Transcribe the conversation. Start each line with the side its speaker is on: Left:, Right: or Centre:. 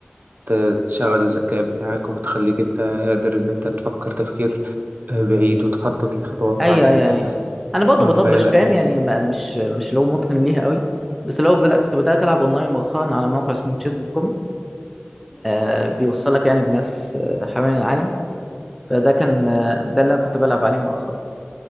Right: بتشغل الذكاء بتاعك وبتخليك انت قادر ان انت تفكر تفكير آه، بعيد وتخطط لخطوات
Centre: أيوه
Right: بعد كده
Centre: أيوه أيوه أنا برضه
Right: اه
Centre: بضبش
Right: فلا
Centre: فاهم يعني ما مش مش اللي هو متقن ليها قوي بس لو بدأ كنت بدأت ألعب أونلاين مؤخرا على موقع اسمه تشيز دوت كوم آه، بيوصلك يعني بناس آه، حوالين العالم فده كان آه، ده اللي أنا كنت بلعب عليه مؤخرا